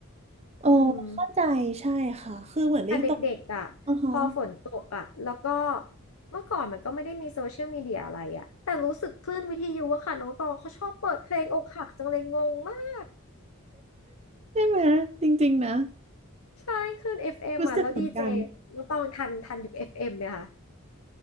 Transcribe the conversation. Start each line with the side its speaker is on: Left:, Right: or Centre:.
Right: เออเข้าใจใช่ค่ะคือเหมือนลิงตก
Left: อืม แต่เด็กๆอ่ะพอฝนตกอ่ะแล้วก็
Right: อือฮะ
Left: เมื่อก่อนมันก็ไม่ได้มีโซเชียลมีเดียอะไรอ่ะแต่รู้สึกคลื่นวิทยุอะค่ะน้องตองเขาชอบเปิดเพลงอกหักจังเลยงงมาก
Right: ใช่ไหมจริงๆนะ
Left: ใช่คลื่น FM
Right: รู้สึกเหมือนกัน
Left: อฟเอ็มอ่ะแล้วดีเจน้องตองทันทันยุค FM ไหมคะ